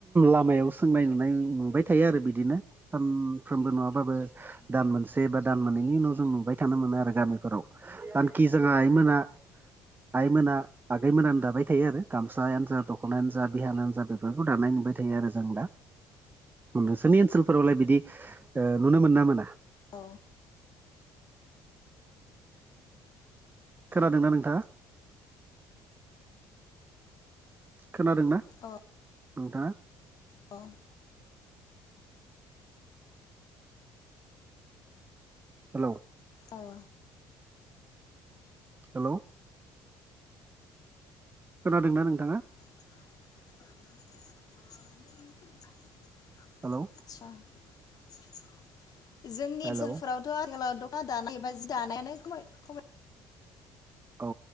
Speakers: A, on the right; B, on the left.
A: लामायाव सोंनाय नुनाय नुबाय थायो आरो बिदिनो। सानफ्रोमबो नङाबाबो दान मोनसे बा दान मोननैनि उनाव जों नुबाय थानो मोनो आरो गामिफोराव। आनखि जोंहा आइमोना आइमोना आगै मोनहानो दाबायथायो आरो गामसा यानो जा दख'नायानो जा बिहानानो जा बेफोरखौ दानाय नुबाय थायो आरो जों दा। उम नोंसोरनि ओनसोलफोरावलाय बिदि ओ नुनो मोना मोना?
B: औ
A: खोनादोंना नोंथाङा? खोनादोंना
B: औ
A: नोंथाङा?
B: औ
A: हेलौ
B: औ
A: हेलौ खोनादों ना नोंथाङा?
B: <inaudible>
A: हेल'
B: सा <unintelligible> जोंनि
A: हेलौ
B: ओनसोलफोरावथ' आथिखालाव दखान दानाय एबा जि दानायानो खमाय खमाय
A: औ